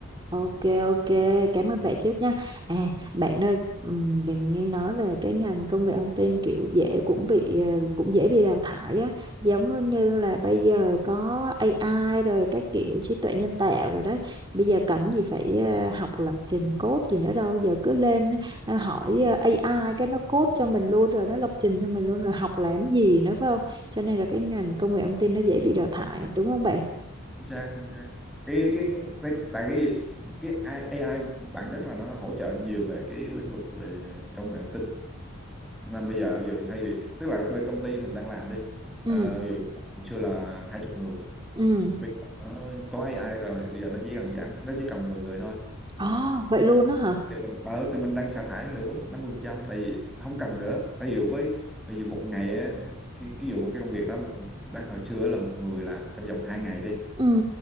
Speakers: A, on the right; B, in the centre.
A: ok, ok. Cảm ơn bạn trước nha. À, bạn ơi, ừm, mình nghe nói là cái ngành công nghệ thông tin kiểu dễ cũng bị ờ, cũng dễ bị đào thải á, giống như là bây giờ có AI rồi các kiểu trí tuệ nhân tạo rồi đấy. Bây giờ cần gì phải ờ, học lập trình code gì nữa đâu, giờ cứ lên ờ, hỏi ờ, AI cái nó code cho mình luôn rồi nó lập trình cho mình luôn rồi học làm gì nữa phải không? Cho nên là cái ngành công nghệ thông tin nó dễ bị đào thải, đúng không bạn?
B: chính xác chính xác cái cái, cái tại cái cái AI, AI bản chất là nó hỗ trợ nhiều về cái lĩnh vực về công nghệ thông tin nên bây giờ ví dụ như thay vì tức là về công ty mình đang làm đi ờ,
A: Ừ,
B: ví dụ như là hồi xưa là hai chục người
A: ừ.
B: Bây giờ có có AI rồi bây giờ nó chỉ cần giảm nó chỉ cần 10 người thôi
A: Ồ, vậy luôn á hả?
B: thì mình ở thì mình đang sa thải nữa năm mươi phần trăm tại vì không cần nữa ví dụ với ví dụ một ngày á, cái ví dụ một cái công việc đó một đang hồi xưa là một người làm trong vòng 2 ngày đi
A: Ừ,